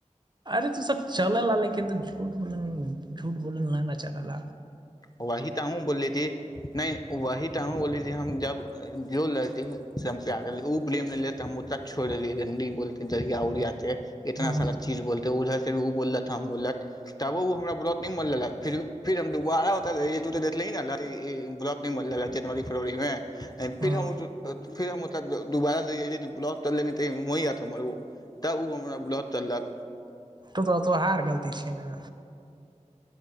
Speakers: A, on the right; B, on the left.
A: अरे तू सब चलल लेकिन तऽ झूठ बोल झूठ बोलल नहि न चलल
B: वही त हू बोलिए नहि वह तऽ हू बोली हम जे हम जब जो लड़ती ह प्यार करे उ ब्लेम ल ले त हम ओता छोड़ देलिय रनडी बोलते दरिया उऊरियाते इतना
A: हूं
B: सारा चीज बोलते उधर भी ओ बोल ाम बोललक तबो ओ हमरा बोलत नि मोल ल फिर फिर हम दुबारा तब तू तऽ देखलही ने ई ब्लॉत नहि मे जनवरी फरवरी मे
A: हूं
B: फिर हम फिर हम दुबारा ब्लॉक चल त म आ तर ओ तब ओ हमरा ब्लॉक तललक
A: ए त तऽ हार गलती छै ने